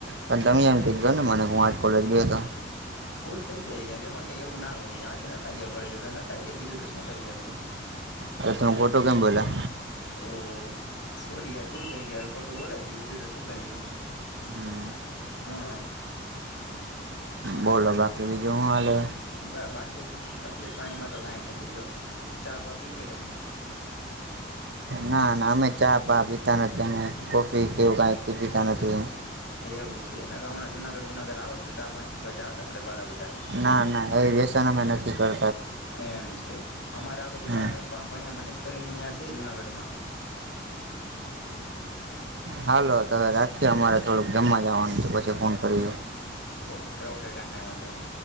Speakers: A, on the right (about 65°); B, on the left (about 65°).
A: પણ તમે એમ કીધો ને મને હું આર્ટ કોલેજ બી હતો
B: હ ભૂલ થઈ જાય યાર એમાં કઈ એવું ના હોય આજ નતા ગયા કોલેજ તો નતા ગયા બીજું તો શું કરીએ આપડે
A: અ તમ ખોટુ કેમ બોલા
B: ઓ સોરી યાર ભૂલ થઈ ગયા ખોટું બોલાય ગયું બીજું તો શું કરીએ
A: હમ
B: હા.
A: બોલો બાકી બીજુ હુ હાલેે
B: બ બાકી તબિયત પાણીમાં તો કાઈ નથી જો ચા બા પીવી કે તમે
A: ના ના અમે ચા પા પીતા નથી અમે કોફી કેવું કાઈ પીતા નથી એવ
B: એવું છે, એ કે હમણાં જુનાગઢ ગુનાગઢ આવત તો ચા પાણી પીવા જાત આપડે બારા બધા
A: ના ના એ વેસન અમેં નથી કર
B: એમ છે. અમારાગર ઉનાને
A: હમ
B: એક બાંભણીયા મનીષ કરીને અહીંયા છે જુનાગઢમાં.
A: હાલો તમે રાખીએ અમારે થોડુંક જમવા જવાનું છે, પછી ફોન કરીયો
B: ઓકે ઓકે કઈ વાંધો નય